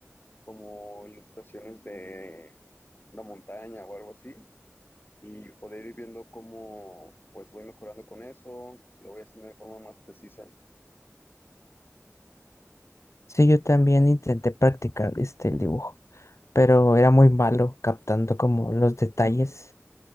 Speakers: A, on the left; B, on the left.
A: como ilustraciones de una montaña o algo así, y poder ir viendo cómo pues voy mejorando con eso, y lo voy haciendo de forma más precisa.
B: Sí, yo también intenté practicar este, el dibujo, pero era muy malo captando como los detalles